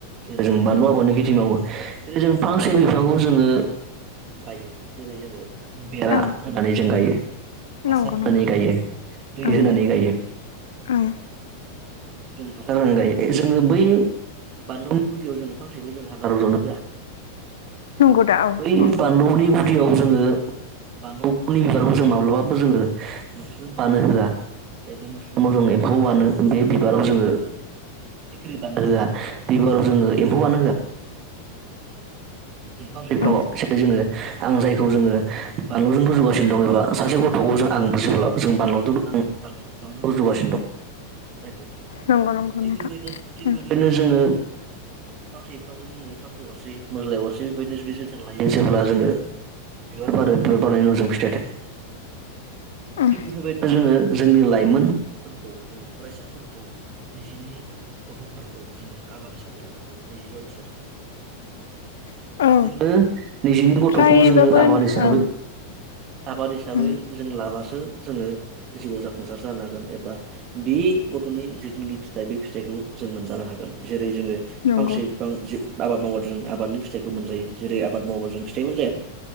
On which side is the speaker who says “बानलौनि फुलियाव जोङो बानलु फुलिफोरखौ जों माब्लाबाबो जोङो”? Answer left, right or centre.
Right